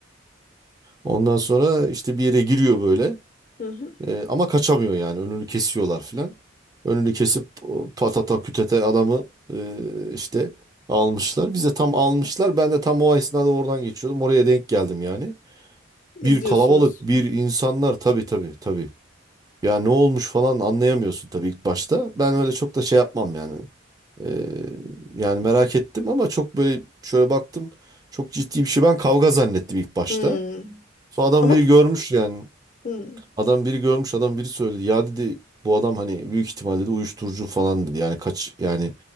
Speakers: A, on the right; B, on the left.
A: Ondan sonra işte bir yere giriyor böyle
B: Hı hı.
A: Ee, ama kaçamıyor yani önünü kesiyorlar filan. Önünü kesip o patata kütete adamı e, işte almışlar. Bize tam almışlar. Ben de tam o esnada oradan geçiyordum. Oraya denk geldim yani.
B: İzliyorsunuz.
A: Bir kalabalık, bir insanlar tabii tabii tabii. Ya ne olmuş falan anlayamıyorsun tabii ilk başta. Ben öyle çok da şey yapmam yani. Ee, yani merak ettim ama çok böyle şöyle baktım. Çok ciddi bir şey. Ben kavga zannettim ilk başta.
B: Hı.
A: Sonra adam
B: Ama
A: biri görmüş yani.
B: hı.
A: Adam biri görmüş adam biri söyledi. Ya dedi bu adam hani büyük ihtimal dedi uyuşturucu falan dedi. Yani kaç yani